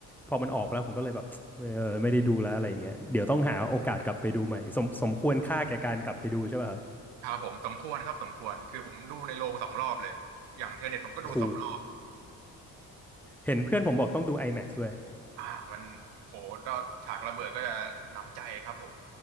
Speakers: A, in the centre; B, on the right.
A: พอมันออกไปแล้วผมก็เลยแบบเออไม่ได้ดูแล้วอะไรอย่างเงี้ยเดี๋ยวต้องหาโอกาสกลับไปดูใหม่สมสมควรค่าแก่การกลับไปดูใช่ป่ะครับ
B: ครับผมสมควรครับสมควรคือผมดูในโรงสองรอบเลยอย่างเทเน t ตผมก็ดูสองรอบ
A: โหเห็นเพื่อนผมบอกต้องดู IMAX ด้วย
B: อ่ามันโหก็ฉากระเบิดก็จะหนำใจครับผม